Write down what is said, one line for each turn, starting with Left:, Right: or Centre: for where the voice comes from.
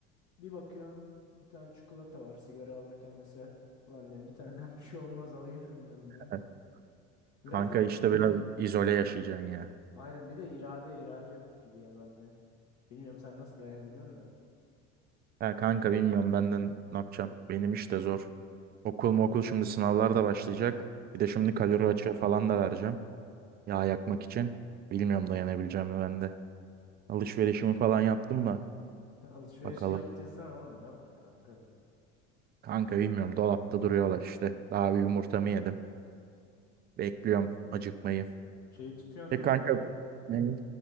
Left: Bir bakıyorsun bir tane çikolata var sigara alırken mesela. Ulan diyorum bir taneden <laughs> bir şey olmaz alayım şundan diyorum.
Right: Evet. Kanka
Left: Biraz da
Right: işte biraz izole yaşayacaksın ya.
Left: aynen bir de irade irade yok gibi ya bende. Bilmiyorum sen nasıl dayanabiliyorsun da.
Right: Ya kanka bilmiyorum benden ne yapacağım. Benim iş de zor. Okul mu okul şimdi sınavlar da başlayacak. Bir de
Left: Hmm.
Right: şimdi kalori açığı falan da vereceğim. Yağ yakmak için. Bilmiyorum dayanabileceğim mi ben de. Alışverişimi falan yaptım da.
Left: <laughs> Alışverişi
Right: Bakalım.
Left: yaptıysan oğlum yap kanka.
Right: Kanka bilmiyorum. Dolapta duruyorlar işte. Daha bir yumurtamı yedim. Bekliyorum acıkmayı.
Left: Şeyi tutuyorsun
Right: E
Left: değil
Right: kanka
Left: mi? Kalo-
Right: ne?